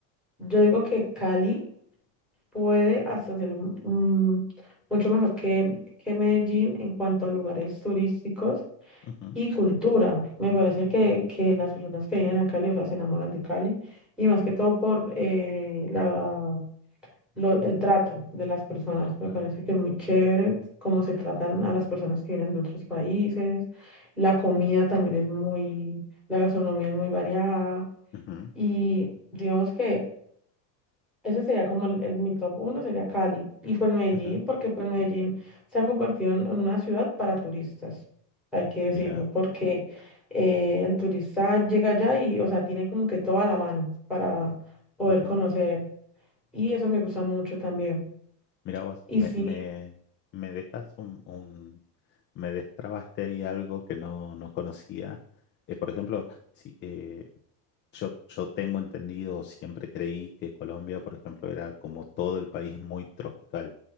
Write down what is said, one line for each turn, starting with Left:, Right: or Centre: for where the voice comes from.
Centre: yo digo que Cali puede hasta ser mm, mucho mejor que, que Medellín en cuanto a lugares turísticos
Left: ujú,
Centre: y cultura. Me parece que, que las personas que vienen a Cali, o sea, se enamoran de Cali y más que
Left: ujú.
Centre: todo por eh, la, lo- el trato de las personas.
Left: Ok.
Centre: Me parece que es muy chévere cómo se tratan a las personas que vienen de otros países. La comida también es muy, la gastronomía es muy variada
Left: Ujú,
Centre: y digamos que ese sería como el, el- mi top uno, sería Cali. Y pues Medellín,
Left: ujú.
Centre: porque pues Medellín se ha convertido en, en una ciudad para turistas, hay que decirlo,
Left: Mira,
Centre: porque eh, el turista llega allá y, o sea, tiene como que toda la mano para poder
Left: ujú.
Centre: conocer. Y eso me gusta mucho también.
Left: Mira vos,
Centre: Y
Left: me,
Centre: sí,
Left: me, me dejas un, un- me destrabaste ahí algo que no, no conocía. Eh, por ejemplo, sí, eh, yo, yo tengo entendido, siempre creí que Colombia, por ejemplo, era como todo el país muy tropical,